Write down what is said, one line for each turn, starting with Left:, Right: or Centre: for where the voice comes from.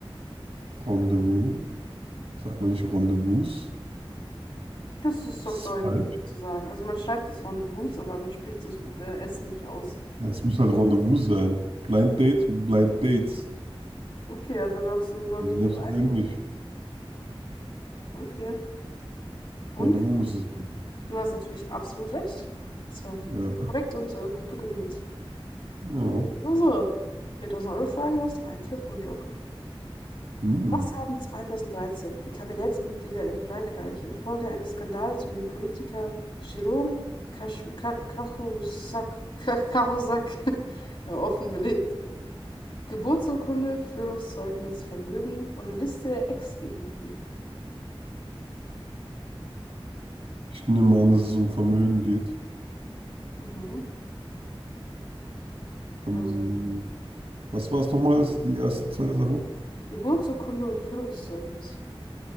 Right: Rendezvous. Sagt man nicht Rendezvous?
Left: Das ist
Right: Das
Left: auf Deutsch
Right: ist falsch.
Left: sozusagen. Also man schreibt es Rendezvous, aber man spricht es äh, S nicht aus.
Right: Ja, es muss halt Rendezvous sein. Blind Dates und Blind Dates.
Left: Okay, also loggst du Rendezvous
Right: Also selbst
Left: ein?
Right: auf Englisch.
Left: Okay. Und
Right: Rendezvous muss es sein.
Left: du hast natürlich absolut recht. Das war
Right: Ja.
Left: korrekt und äh, gut begründet.
Right: Ja.
Left: So, so. 4000-Euro-Frage, du hast noch einen Telefonjoker.
Right: Hm.
Left: Was haben 2013 die Kabinettsmitglieder in Frankreich infolge eines Skandals um den Politiker Jérôme Cahu- Ca- Cahusac Ca- <laughs> <laughs> offengelegt? Geburtsurkunde, Führungszeugnis, Vermögen oder Liste der Ex-Geliebten.
Right: Ich nehme an, dass es um Vermögen geht.
Left: Mhm.
Right: Ähm,
Left: Also
Right: was war es nochmal, die ersten zwei Sachen?
Left: Geburtsurkunde und Führungszeugnis.